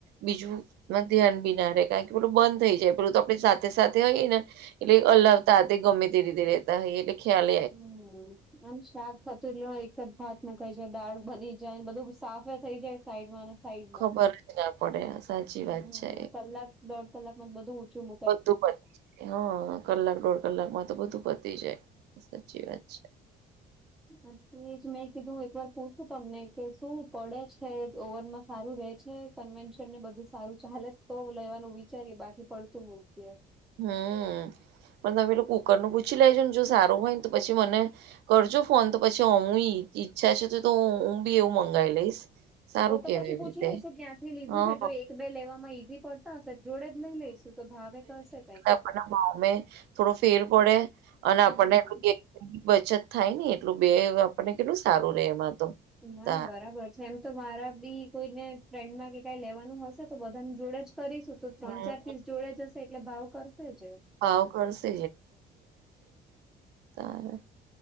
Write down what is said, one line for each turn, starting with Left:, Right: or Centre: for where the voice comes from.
Right: બીજું ધ્યાન બી ના રહે, કારણ કે પેલું બંધ થઈ જાય. પેલું તો આપણી સાથે-સાથે હોઈ ને. એટલે અલ્લાવતા તે ગમે તે રીતે દેહ. હ, એલે ખ્યાલ.
Centre: હમ. આમ શાક કટોરીમાં, એક સાથે ભાત મુકાઈ જાય, દાળ બની જાયને બધું સાફે થઈ જાય સાઈડ માં. સાઈડમાં
Right: ખબર જ ના પડે સાચી
Centre: હમ
Right: વાત છે
Centre: કલાક દોઢ કલાકમાં જ બધું ઊંચું મક
Right: બધું પ જાય હા કલાક દોઢ કલાક માં તો બધું પતી જાય સાચી વાત છે
Centre: હ એજ મેં કીધું એક વાર પૂછું તમને કે તું પડે જ ઓવન માં સારું રહેે છે, કન્વેન્શન ને બધું સારું ચાલે, તો લેવાનું વિચારીએ, બાકી પડતું. તો.
Right: હમ, પણ તમે પેલું કુકર નું પૂછી લેજો ને. જો સારું હોય ને, તો પછી મને કરજો ફોન, તો પછી. હમ, ઈચ્છા છે તો તો હું બી એવું મંગાવી લઈશ. સારું
Centre: તો
Right: કેવાય
Centre: પછી
Right: એવી
Centre: પૂછી
Right: રીતે
Centre: લઈશુ, ક્યાંથી લીધું
Right: હા
Centre: છે. જો એક-બે લેવામાં ઈઝી પડતા હશે, જોડે જ નહી લઈશું. તો ભાવે કશે
Right: આપ મામે થોડો ફેર પડે અને આપણને
Centre: હમ
Right: બચત થાય ને એટલું બે આપણને કેટલું સારું રે એમાં તો
Centre: ના
Right: તારે
Centre: ના બરાબર એમ તો મારા બી કોઈને ફ્રેન્ડમાં કે કઈ લેવાનું હશે તો બધાની જોડે જ કરીશું તો ત્રણ
Right: હમ
Centre: ચાર પીસ જોડે જશે એટલે ભાવ કરશે જ
Right: ભાવ કરશે તાર